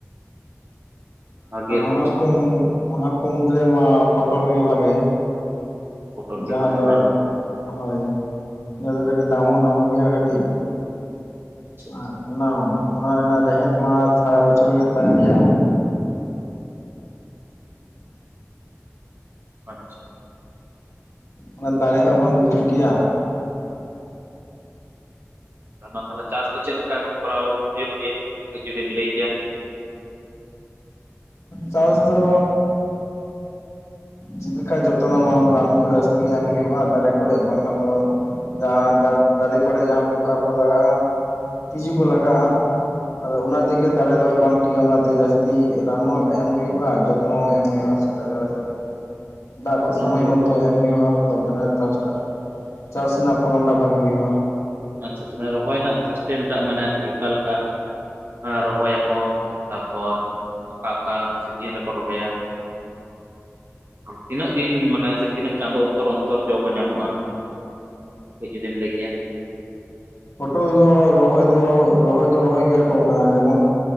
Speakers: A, on the right (about 45°); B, on the left (about 65°).
A: ᱵᱷᱟᱜᱮ ᱨᱳᱡᱽ
B: ᱚᱱᱟ ᱠᱚ ᱚᱱᱟ ᱠᱚ ᱢᱩᱫᱽᱨᱮ ᱢᱟ ᱯᱚᱴᱚᱞ ᱜᱮ ᱵᱷᱟᱜᱮᱭᱟ
A: ᱯᱚᱴᱚᱞ ᱜᱮ
B: ᱡᱟᱦᱟᱸ
A: ᱵᱷᱟᱜᱮ
B: ᱫᱚ
A: ᱵᱟᱝ
B: ᱦᱳᱭ ᱡᱟᱦᱟᱸ ᱫᱚ ᱠᱟᱹᱴᱤᱡ ᱫᱟᱢ ᱦᱚᱸ ᱧᱟᱢᱚᱜ ᱜᱮᱭᱟ ᱠᱟᱹᱴᱤᱡ
A: ᱟᱪᱪᱷᱟ ᱟᱪᱪᱷᱟ
B: ᱟᱨ ᱚᱱᱟ ᱚᱱᱟ ᱨᱮᱱᱟᱜ ᱨᱮᱦᱮᱫ ᱢᱟ ᱥᱟᱨᱟ ᱵᱚᱪᱷᱚᱨ ᱜᱮ ᱛᱟᱦᱮᱱ ᱜᱮᱭᱟ
A: ᱟᱪᱪᱷᱟ
B: ᱚᱱᱟ ᱫᱟᱲᱮ ᱦᱚᱸ ᱵᱟᱝ ᱜᱩᱡᱩᱜ ᱜᱮᱭᱟ
A: ᱚᱱᱟ ᱛᱟᱦᱚᱞᱮ ᱪᱟᱥ ᱫᱚ ᱪᱮᱫ ᱞᱮᱠᱟ ᱠᱚᱨᱟᱣ ᱦᱩᱭᱩᱜ ᱜᱮᱭᱟ? ᱡᱩᱫᱤᱢ ᱞᱟᱹᱭ ᱠᱮᱭᱟ
B: ᱪᱟᱥ ᱫᱚ
A: <unintelligible>
B: ᱪᱮᱫ ᱞᱮᱠᱟ ᱡᱚᱛᱚᱱ ᱨᱟᱱ ᱠᱚ ᱡᱟᱹᱥᱛᱤ ᱮᱢ ᱦᱩᱭᱩᱜᱼᱟ ᱫᱟᱨᱮ ᱠᱚᱨᱮ ᱵᱟᱝᱠᱷᱟᱱ ᱫᱚ ᱡᱟᱦᱟᱸ ᱫᱟᱨᱮ ᱠᱚᱨᱮ ᱡᱟᱦᱟᱸ ᱯᱚᱠᱟ ᱠᱚ ᱞᱟᱜᱟᱜᱼᱟ ᱛᱤᱡᱩ ᱠᱚ ᱞᱟᱜᱟᱜᱼᱟ ᱟᱫᱚ ᱚᱱᱟ
A: ᱦᱮᱸ
B: ᱛᱮᱜᱮ ᱫᱟᱲᱮ ᱫᱚ ᱵᱟᱝ ᱴᱷᱤᱠᱟ ᱚᱱᱟᱛᱮ ᱡᱟᱹᱥᱛᱤ ᱨᱟᱱ ᱦᱚᱸ ᱮᱢ ᱦᱩᱭᱩᱜᱼᱟ ᱡᱚᱛᱱᱚ ᱮᱢ ᱦᱩᱭᱩᱜᱼᱟ ᱥᱮᱛᱟᱜ ᱵᱮᱞᱟ ᱥᱮ ᱫᱟᱜ ᱠᱚ
A: ᱚᱱᱟ
B: ᱥᱚᱢᱚᱭ
A: ᱫᱚ
B: ᱢᱚᱛᱚ ᱚ ᱛᱚ ᱮᱢ ᱦᱩᱭᱩᱜᱼᱟ ᱛᱟᱚᱵᱮᱱᱟ ᱪᱟᱥᱴᱟᱜ ᱪᱟᱥ ᱨᱮᱱᱟᱜ ᱯᱷᱚᱞᱚᱱ ᱴᱟᱜ ᱵᱷᱟᱜᱤ ᱦᱩᱭᱩᱜᱼᱟ᱾
A: ᱟᱪᱪᱷᱟ ᱨᱚᱦᱚᱭ ᱨᱮᱱᱟᱜ ᱥᱤᱥᱴᱮᱢ ᱴᱟᱜ ᱢᱟᱱᱮ ᱟᱨᱠᱤ ᱚᱠᱟᱞᱮᱠᱟ? ᱨᱚᱦᱚᱭᱟᱠᱚ ᱛᱟᱯᱚᱨ ᱚᱠᱟ ᱚᱠᱟ ᱥᱤᱡᱤᱱ ᱨᱮᱠᱚ ᱨᱚᱦᱚᱭᱟ? ᱛᱤᱱᱟᱹᱜ ᱫᱤᱱ ᱢᱟᱱᱮ ᱥᱮ ᱛᱤᱱᱟᱹᱜ ᱪᱟᱸᱫᱚ ᱚᱱᱛᱚᱨ ᱡᱚ ᱠᱚ ᱧᱟᱢᱚᱜᱼᱟ? ᱤᱡᱩᱫᱤᱢ ᱞᱟᱹᱭ ᱠᱮᱭᱟ
B: ᱯᱚᱴᱚᱞ ᱫᱚ ᱨᱚᱦᱚᱭ ᱫᱚ ᱨᱚᱦᱚᱭ ᱫᱚ ᱨᱚᱦᱚᱭ ᱜᱮᱭᱟ ᱠᱚ ᱚᱱᱟ ᱡᱚᱠᱷᱚᱱ